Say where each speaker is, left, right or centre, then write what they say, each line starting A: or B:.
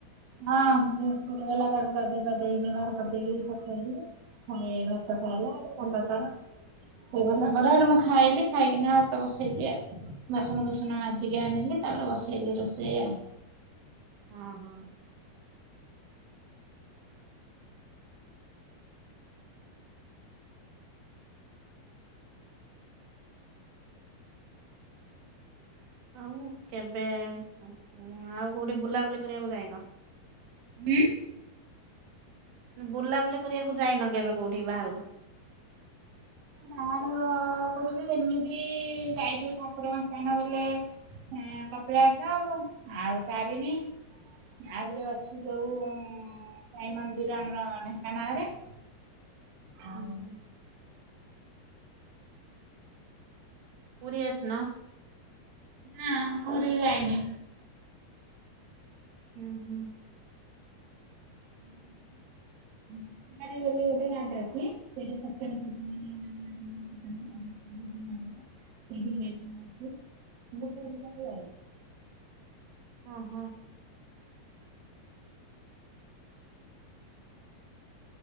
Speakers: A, on the right (about 60°); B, on the right (about 80°).
A: ହଁ ଝିଅ ସ୍କୁଲ୍ ଗଲା ତାକୁ ଗାଧେଇ ପାଧେଇକିନି ବାହାର କରିଦେଇକି ପଠେଇକି ଖଏ ଭାତ ଖାଇଲା ହେଠୁ ଗଲା
B: ହଁ
A: ତାର ସେ ଗଲା ପରେ ହେଠୁ ମୁଁ ଖାଇଲି ଖାଇକି ନା ଭାତ ବସେଇଲି ଆଉ। ବାସନ କୁସନ ମାଜିକି ଆଣିଲି ତାପରେ ବସେଇଲି ରୋଷେଇ ଆଉ
B: ହଁ ହଁ। ଆଉ କେବେ ଆଉ କୋଉଠି ବୁଲାବୁଲି କରିବାକୁ ଯାଇନ?
A: ହୁଁ।
B: ବୁଲାବୁଲି କରିବାକୁ ଯାଇନ କେବେ କୋଉଠି ବାହାରକୁ?
A: ବାହାର କୁ ବୋଲେ ଏମିତି ଯାଇଛୁ ଠାକୁରଙ୍କ ସ୍ଥାନ ବଲେ ହେଁ କପିଳାଶ ଆଉ ତାରିଣୀ ଆଉ ଗୋଟେ ଅଛି ଯୋଉ ସାଇ ମନ୍ଦିର ଆମର ଢେଙ୍କାନାଳରେ ଆଉ
B: ହୁଁ ହୁଁ। ପୁରୀ ଆସି ନ?
A: ନା ପୁରୀ ଯାଇନି।
B: ହୁଁ ହୁଁ।
A: ହୁଁ ଗୋଟେ ରାାଗ ଅଛି ସେଟା <inaudible> ରି ହେଇକଛି ମୁୁରିକ ଯାଉ <inaudible>
B: ହଁ ହଁ।